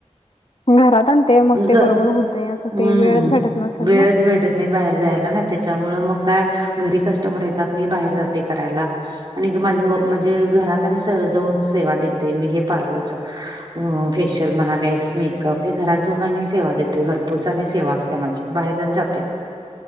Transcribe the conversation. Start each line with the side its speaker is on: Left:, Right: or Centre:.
Left: घरात आणते मग ते
Right: ग
Left: बरोबर होतय असं
Right: हम्म
Left: ते वेळच भेटत नसेल
Right: वेळच
Left: ना.
Right: भेटत नाही बाहेर जायला नाही त्याच्यामुळ मग काय घरी कस्टमर येतात मी बाहेर जाते करायला. आणि माझे म्हणजे घरात आणि जाऊन सेवा देते मी हे पार्लरच. अ फेशिल म्हणा <unintelligible> मेकअप हे घरात. जाऊन आणि सेवा देतोय घरपोच आणि सेवा असत्या माझी बाहेरण जातोय.